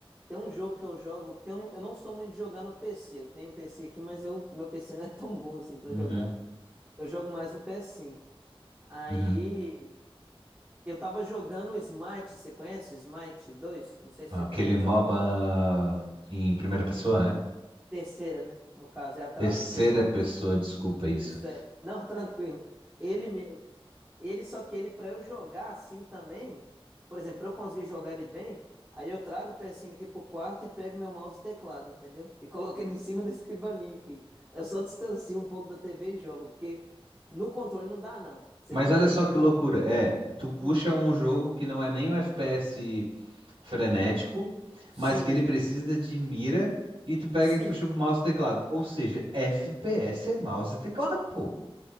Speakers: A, on the right; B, on the right.
A: Tem um jogo que eu jogo, porque eu não, eu não sou muito de jogar no PC. Eu tenho um PC aqui, mas eu, meu PC não é tão bom assim pra
B: Uhum.
A: jogar. Eu jogo mais no ps cinco. Aí
B: Uhum.
A: eu tava jogando o Smite, você conhece o Smite 2? Não sei se
B: Aquele
A: você conhece.
B: MOBA em primeira pessoa, né?
A: Terceira, né? No caso, é atrás
B: Terceira
A: do personagem.
B: pessoa, desculpa isso.
A: Isso é. Não, <laughs> tranquilo. Ele mesmo. Ele só que ele para eu jogar assim também, por exemplo, pra eu conseguir jogar ele bem, aí eu trago o PS5 aqui pro quarto e pego meu mouse e teclado, entendeu? E coloco ele <laughs> em cima da escrivaninha aqui. Eu só distancio um pouco da TV e jogo, porque no controle não dá não. Você
B: Mas
A: não
B: olha
A: tem
B: só que loucura. É, tu puxa
A: Hum,
B: um jogo que não é nem um FPS frenético,
A: sim,
B: mas que ele precisa de mira e tu pega
A: sim.
B: e puxa o mouse e teclado. Ou seja, FPS é mouse e teclado, pô.